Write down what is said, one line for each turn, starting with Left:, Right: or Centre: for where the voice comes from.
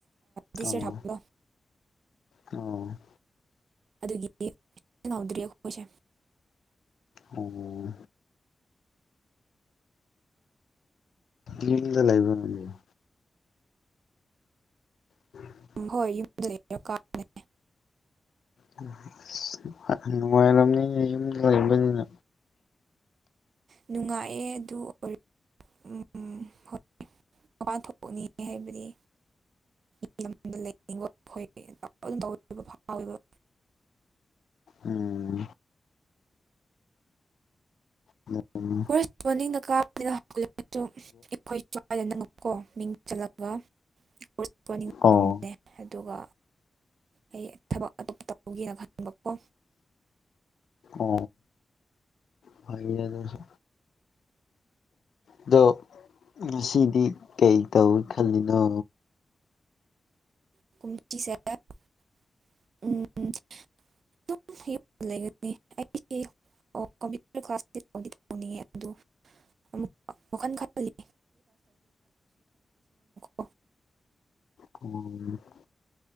Right: ꯗꯤꯁ
Left: ꯑꯣ
Right: ꯌꯔ ꯊꯥꯕꯗꯣ
Left: ꯑꯣ
Right: ꯑꯗꯨꯒꯤꯅꯤ ꯍꯧꯗ꯭ꯔꯤ ꯑꯩꯈꯣꯏꯁꯦ
Left: ꯑꯣꯝ ꯌꯨꯝꯗ ꯂꯩꯕ꯭ꯔꯥ ꯅꯩꯗꯤ <unintelligible>
Right: ꯎꯝ ꯍꯣꯏ ꯌꯨꯝꯗ ꯀꯕꯅꯦ
Left: ꯅꯨꯡꯉꯥꯏ ꯅꯨꯡꯉꯥꯏꯔꯝꯅꯤꯅꯦ ꯌꯨꯝꯗ ꯂꯩꯔꯝꯕꯅꯤꯅ
Right: ꯅꯨꯡꯉꯥꯏꯑꯦ ꯑꯗꯨ ꯑꯣꯏ ꯎꯝ ꯍꯣꯏ ꯃꯄꯥꯟ ꯊꯣꯛꯎꯅꯤ ꯍꯥꯏꯕꯗꯤ꯫ <unintelligible> ꯗ ꯂꯩꯕ ꯑꯩꯈꯝ ꯇ ꯐꯥꯎꯋꯦꯕ꯫
Left: ꯎꯝ ꯎꯝ ꯎꯝ
Right: <unintelligible> ꯅ ꯀꯥ ꯑꯩꯈꯣꯏ ꯁ꯭ꯋꯥꯏꯗ ꯅꯀꯣꯡ ꯆ <unintelligible>
Left: ꯑꯣ
Right: ꯑꯗꯨꯒ ꯑꯩ ꯊꯕꯛ ꯑꯇꯣꯞꯄ ꯇꯧꯒꯦꯅ ꯈꯟꯕꯀꯣ꯫
Left: ꯑꯣ ꯐꯩ ꯑꯗꯨꯁꯨ꯫ ꯑꯗꯣ ꯉꯁꯤꯗꯤ ꯀꯩ ꯇꯧꯒꯦ ꯈꯜꯂꯤꯅꯣ?
Right: <unintelligible> <unintelligible> <unintelligible> ꯑꯃꯨꯛ ꯋꯥꯜ ꯈꯜ ꯈꯜꯂꯤ <unintelligible>
Left: <unintelligible>